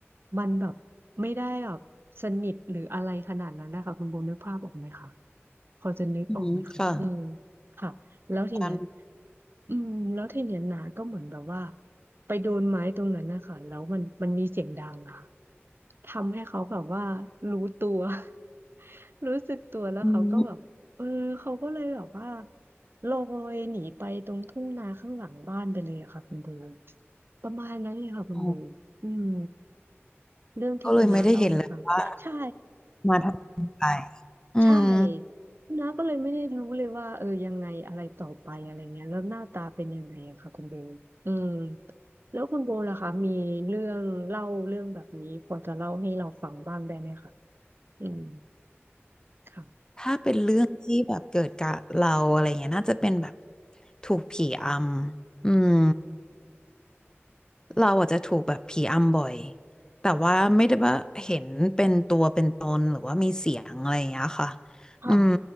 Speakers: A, on the right; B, on the left.
A: มันแบบไม่ได้แบบสนิทหรืออะไรขนาดนั้นนะคะคุณโบนึกภาพออกไหมคะพอจะนึกออกไหมคะอืม
B: อือหือค่ะ
A: ค่ะ แล้วทีเนี้ย
B: การ
A: อืมแล้วทีเนี้ยนาก็เหมือนแบบว่าไปโดนไม้ตรงนั้นนะคะแล้วมันมันมีเสียงดังอะค่ะทำให้เขาแบบว่ารู้ตัว <laughs> รู้สึกตัวแล้วเขาก็แบบเออเขาก็เลยแบบว่า
B: อืม
A: ลอยหนีไปตรงทุ่งนาข้างหลังบ้านไปเลยอะค่ะคุณโบประมาณนั้นเลยค่ะคุณโบ
B: อ๋อ
A: อืมเรื่องที่คุณน้าเล่าให้ฟังใช่
B: ก็เลยไม่ได้เห็นเลยว่ามาทำอะไรอืม
A: ใช่น้าก็เลยไม่ได้รู้เลยว่าเออยังไงอะไรต่อไปอะไรเงี้ยแล้วหน้าตาเป็นยังไงอะค่ะคุณโบลอืมแล้วคุณโบล่ะคะมีเรื่องเล่าเรื่องแบบนี้พอจะเล่าให้เราฟังบ้างได้ไหมคะอืมค่ะ
B: ถ้าเป็นเรื่องที่แบบเกิดกับเราอะไรเงี้ยน่าจะเป็นแบบถูกผีอำอืมเราอาจจะถูกแบบผีอำบ่อยแต่ว่าไม่ได้ว่าเห็นเป็นตัวเป็นตนหรือว่ามีเสียงอะไรอย่างเงี้ยค่ะ
A: ค่ะ
B: อืม